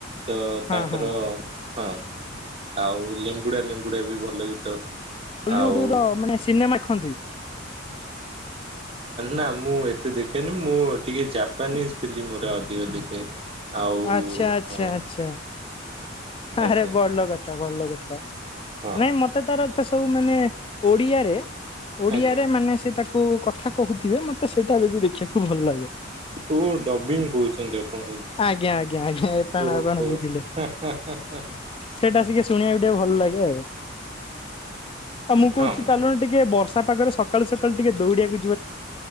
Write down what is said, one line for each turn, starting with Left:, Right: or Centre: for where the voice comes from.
Right: ତ
Left: ହଁ
Right: ତାଙ୍କର
Left: ହଁ
Right: ହଁ ଆଉ ଲେମ୍ବୁଡା ଲେମ୍ବୁଡା ବି ଭଲ ଗୀତ।
Left: ବଲିଉଡ
Right: ଆଉ
Left: ର ମାନେ ସିନେମା ଖନ୍ତି।
Right: ନା ମୁଁ ଏତେ ଦେଖେନି। ମୁଁ ଟିକେ ଜାପାନିଜ ଫିଲ୍ମ ଅଧିକ ଦେଖେ। ଆଉ
Left: ଆଚ୍ଛା ଆଚ୍ଛା
Right: ହଁ।
Left: ଆଚ୍ଛା ଆରେ
Right: ଆଜ୍ଞା
Left: ଭଲ କଥା ଭଲ କଥା।
Right: ହଁ
Left: ନାଇଁ ମତେ ତାର ତ ସବୁ ମାନେ ଓଡିଆରେ ଓଡିଆରେ
Right: ଆଜ୍ଞା।
Left: ମାନେ ସେ ତାକୁ କଥା କହୁଥିବେ ମତେ ସେଇଟା ଦେଖିବାକୁ ଭଲ ଲାଗେ।
Right: ଓ ଡବିଂ କହୁଛନ୍ତି ଆପଣ ଓ
Left: ଆଜ୍ଞା ଆଜ୍ଞା ଆଜ୍ଞା ଏପାଣ
Right: ଓହୋ।
Left: ଏପାଣ ବୁଝିଲେ
Right: ହ ହ।
Left: ସେଇଟା ସିକେ ଶୁଣିବାକୁ ଟିକେ ଭଲ ଲାଗେ ଆଉ। ଆଉ ମୁଁ
Right: ହଁ।
Left: କହୁଛି ଚାଲୁନୁ ଟିକେ ବର୍ଷା ପାଗରେ ସକାଳୁ ସକାଳୁ ଟିକେ ଦୌଡିିବାକୁ